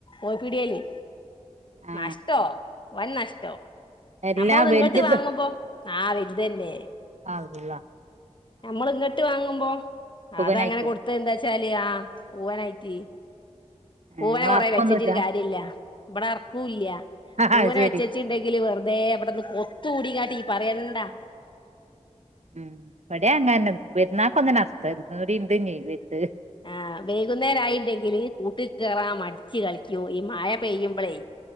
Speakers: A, on the left; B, on the right.
A: ഓ പിടിയേല്
B: ആ
A: നഷ്ടോ വൻ നഷ്ടാ
B: എല്ലാ
A: നമ്മ അത്
B: വലുത്
A: ഇങ്ങട്ട് വാങ്ങുമ്പോ ആ വെല്തന്നെ
B: അള്ളാ
A: നമ്മളിങ്ങട്ട് വാങ്ങുമ്പോ
B: സുഖനായിട്ടോ
A: അതങ്ങനെ കൊടുത്ത എന്താച്ചാല് ആ പൂവാനായിട്ട്
B: നിങ്ങള
A: പൂവനെ കൊറെേ
B: അർക്കൊന്നുമല്ല
A: വെച്ചച്ചിട് കാര്യല്ല ഇവിടെർക്കൂല്ല
B: ആ
A: പൂവന
B: ശരി
A: വെച്ചച്ചിണ്ടെങ്കില് വെറുതെ എവിടന്ന് കൊത്ത കൂടിങ്ങാട്ടി പറയണ്ടാ
B: ഉം പടയാ അങ്ങന്നെ വരുന്ന ഒന്നർഥംടി ഇണ്ട്്യ വലത്
A: ആഹ് വൈകുന്നേരായിണ്ടെങ്കില് കൂട്ട കയറാ മടിച്ചച്ച് കളിക്കൂ ഈ മഴ പെയ്യുമ്പളേ